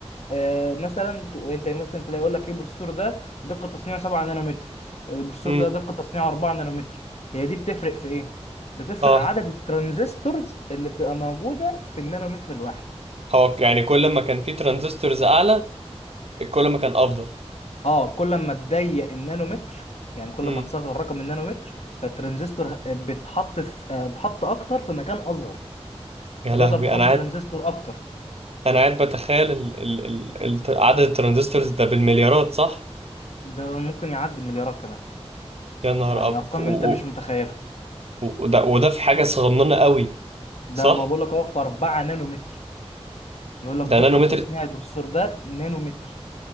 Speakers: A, on the left; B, on the right.
A: آه مثلا تق- انت مثلا تلاقي يقول لك ايه البروسيسور ده دقة تصنيع 7 نانومتر البروسيسور
B: مم.
A: ده دقة تصنيع 4 نانومتر هي دي بتفرق في ايه بتفرق
B: اه
A: عدد الترانزستورز اللي بتبقى موجودة في النانومتر الواحد
B: هو يعني كل ما كان فيه ترانزستورز اعلى كل ما كان افضل
A: اه كل ما تضيق النانومتر يعني كل
B: مم.
A: ما تصغر رقم النانومتر فالترانزستور بتتحط في آه، بتحط اكتر في مكان اصغر
B: يا
A: فتقدر
B: لهوي
A: تحط
B: انا قاعد
A: ترانزستور اكتر
B: انا قاعد بتخيل ال... ال... ال... الت- عدد الترانزستورز ده بالمليارات صح
A: ده ممكن يعدي مليارات كمان
B: يا نهار
A: يعني
B: أب...
A: ارقام
B: ف- و...
A: انت مش متخيلها
B: و... وده... وده في حاجة صغننة قوي
A: ده
B: صح؟
A: ما بقول لك اهو في 4 نانومتر يقول لك دقة
B: ده نانومتر
A: تصنيع البروسيسور ده نانومتر